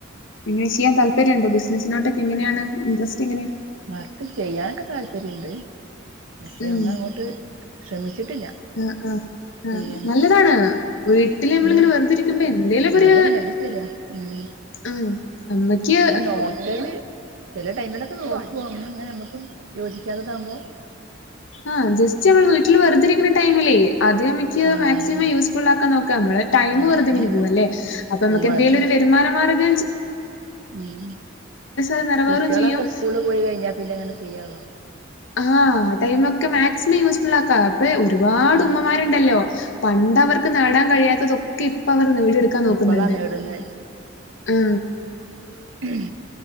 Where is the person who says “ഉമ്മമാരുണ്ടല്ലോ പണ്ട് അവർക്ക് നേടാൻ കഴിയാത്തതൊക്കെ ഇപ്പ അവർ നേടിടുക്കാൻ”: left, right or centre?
Left